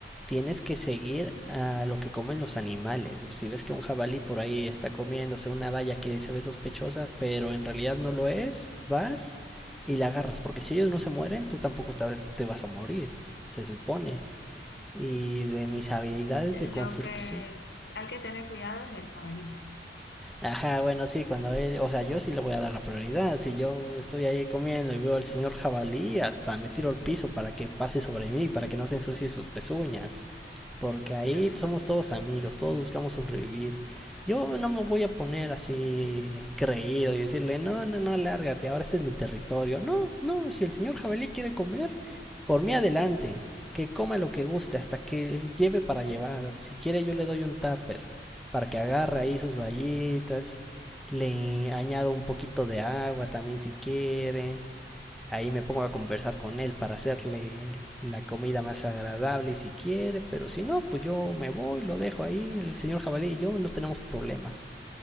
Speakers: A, in the centre; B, on the left (about 75°).
A: tienes que seguir a lo que comen los animales. Si ves que un jabalí por ahí está comiéndose una valla que se ve sospechosa, pero en realidad no lo es, vas y la agarras. Porque si ellos no se mueren, tú tampoco te, vas a morir, se supone. Y de mis habilidades
B: Lo
A: de construcción.
B: que es- hay que tener cuidado es del jabalí.
A: Ajá, bueno, sí, cuando él, o sea, yo sí le voy a dar la prioridad. Si yo estoy ahí comiendo y veo al señor jabalí, hasta me tiro al piso para que pase sobre mí, para que no se ensucie sus pezuñas. Porque ahí
B: <laughs>
A: somos todos amigos, todos buscamos sobrevivir. Yo no me voy a poner así creído y decirle, no, no, no, lárgate, ahora este es mi territorio. No, no, si el señor jabalí quiere comer, por mí adelante, que coma lo que guste, hasta que lleve para llevar. Si quiere yo le doy un tupper, para que agarre ahí sus vallitas, le añado un poquito de agua también si quiere, Ahí me pongo a conversar con él para hacerle la comida más agradable si quiere, pero si no, pues yo me voy, lo dejo ahí, el señor jabalí y yo no tenemos problemas.